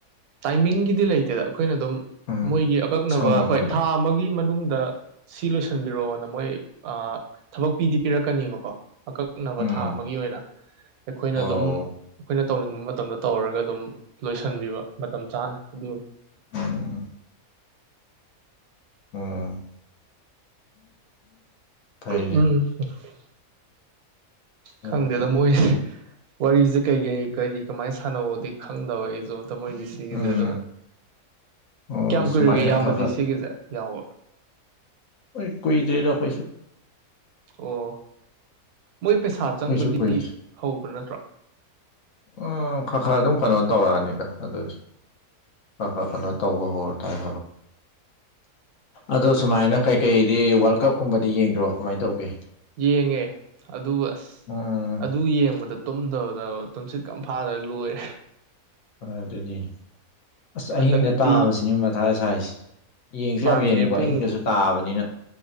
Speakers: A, on the right; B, on the left.
A: ꯇꯥꯏꯃꯤꯡꯒꯤꯗꯤ ꯂꯩꯇꯦꯗ ꯑꯩꯈꯣꯏꯅ ꯑꯗꯨꯝ
B: ꯎꯝ
A: ꯃꯣꯏꯒꯤ ꯑꯀꯛꯅꯕ
B: ꯑꯁꯪꯕ ꯃꯇꯝꯗ
A: ꯍꯣꯏ ꯊꯥ ꯑꯃꯒꯤ ꯃꯅꯨꯡꯗ ꯁꯤ ꯂꯣꯏꯁꯟꯕꯤꯔꯛꯑꯣꯅ ꯃꯣꯏ ꯑ ꯊꯕꯛ ꯄꯤꯗꯤ ꯄꯤꯔꯛꯀꯅꯦꯕꯀꯣ ꯑꯀꯛ ꯑꯀꯛꯅꯕ
B: ꯎꯝ
A: ꯊꯥ ꯑꯃꯒꯤ ꯑꯣꯏꯅ ꯑꯩꯈꯣꯏꯅ
B: ꯑꯣ
A: ꯑꯗꯨꯝ ꯑꯩꯈꯣꯏꯅ ꯇꯧꯅꯤꯡꯕ ꯃꯇꯝꯗ ꯇꯧꯔꯒ ꯑꯗꯨꯝ ꯂꯣꯏꯁꯤꯟꯕꯤꯕ ꯃꯇꯝ ꯆꯥꯅ ꯑꯗꯨꯒ
B: ꯎꯝ ꯎꯝ <inaudible>
A: <unintelligible>
B: ꯐꯩꯅꯦ
A: ꯈꯪꯗꯦꯗ
B: ꯑꯗꯨꯗꯤ
A: ꯃꯣꯏꯖꯦ ꯋꯥꯔꯤꯖꯦ ꯀꯩ ꯀꯩ ꯀꯔꯤ ꯀꯃꯥꯏꯟ ꯁꯥꯟꯅꯧꯑꯗꯤ ꯈꯪꯗꯕ ꯑꯩꯖꯨ ꯑꯝꯇ ꯃꯣꯏꯖꯦ ꯁꯤꯡꯒꯤꯖꯦꯗꯣ
B: ꯎꯝ ꯑꯣ
A: ꯀꯌꯥꯝ ꯀꯨꯏꯔꯒꯦ
B: ꯁꯨꯃꯥꯏꯅ
A: ꯏꯌꯥꯝꯕꯗꯤ
B: ꯈꯔ ꯈꯔ
A: ꯁꯤꯒꯤꯖꯦ ꯌꯥꯎꯕ
B: ꯍꯣꯏ ꯀꯨꯏꯗ꯭ꯔꯤꯗ ꯑꯈꯣꯏꯁꯨ
A: ꯑꯣ ꯃꯣꯏ ꯄꯩꯁꯥ ꯆꯪꯕꯗꯤ
B: ꯑꯩꯈꯣꯏꯁꯨ ꯀꯨꯏꯗ꯭ꯔꯤ
A: ꯍꯧꯕ ꯅꯠꯇ꯭ꯔꯣ
B: ꯎꯝ ꯈꯥ ꯈꯥ ꯑꯗꯨꯝ ꯀꯩꯅꯣ ꯇꯧꯔꯛꯑꯅꯤꯗ ꯑꯗꯨꯗꯤ ꯈꯔ ꯈꯔ
A: ꯎꯝ
B: ꯀꯩꯅꯣ ꯇꯧ <unintelligible> ꯑꯗꯣ ꯁꯨꯃꯥꯏꯅ ꯀꯩꯀꯩꯗꯤ ꯋꯥꯔꯜ ꯀꯞꯀꯨꯝꯕꯗꯤ ꯌꯦꯡꯗ꯭ꯔꯣ ꯀꯃꯥꯏꯟ ꯇꯧꯒꯦ
A: ꯌꯦꯡꯉꯦ ꯑꯗꯨ ꯑꯁ
B: ꯎꯝ
A: ꯑꯗꯨ ꯌꯦꯡꯕꯗ ꯇꯨꯝꯗꯕꯗꯕ ꯇꯨꯝꯁꯤꯠꯀ ꯑꯝ ꯐꯥꯗ ꯂꯣꯏꯔꯦ
B: ꯑ ꯑꯗꯨꯅꯤ ꯑꯁ
A: ꯍꯟꯗꯛꯇꯤ
B: ꯑꯍꯤꯡꯗ ꯇꯥꯕꯁꯤꯅꯤ ꯃꯊꯥ ꯁꯥꯏꯁꯦ ꯌꯦꯡꯖꯨ
A: ꯃꯥꯅꯤꯅꯦ
B: ꯌꯥꯝ ꯌꯦꯡꯅꯤꯡꯕ
A: ꯄꯨꯡ
B: ꯑꯍꯤꯡꯗꯖꯨ ꯇꯥꯕꯅꯤꯅ